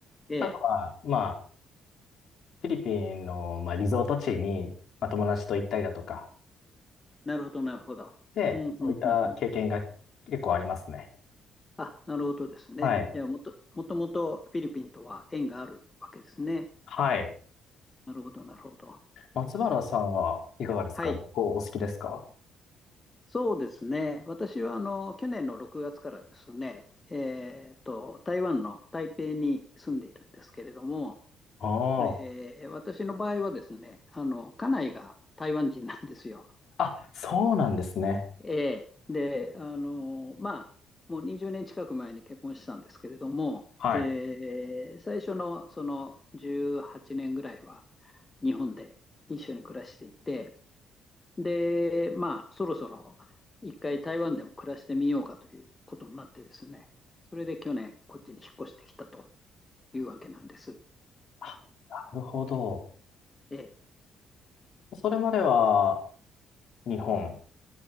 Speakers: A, on the left (about 25°); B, on the left (about 60°).
A: ええ、
B: あとは、まあ、フィリピンの、まあ、リゾート地に、まあ、友達と行ったりだとか、
A: なるほど、なるほど。
B: で、
A: うん、うん、
B: そういった経験が結構ありますね。
A: うん、うん。あ、なるほどですね。
B: はい。
A: いや、もと、もともとフィリピンとは縁があるわけですね。
B: はい。
A: なるほど、なるほど。
B: 松原さんはいかがですか旅行お好きですか
A: はい。そうですね。私はあの去年の6月からですね、えーと、台湾の台北に住んでいるんですけれども、
B: ああ。
A: えー私の場合はですね、あの家内が台湾人なんですよ。
B: あ、そうなんですね。
A: えーで、あのまあ、もう20年近く前に結婚したんですけれども、
B: はい。
A: えー最初のその18年ぐらいは日本で一緒に暮らしていて、で、まあ、そろそろ一回台湾でも暮らしてみようかということになってですね、それで去年、こっちに引っ越してきたというわけなんです。
B: あなるほど。
A: で、
B: それまでは日本。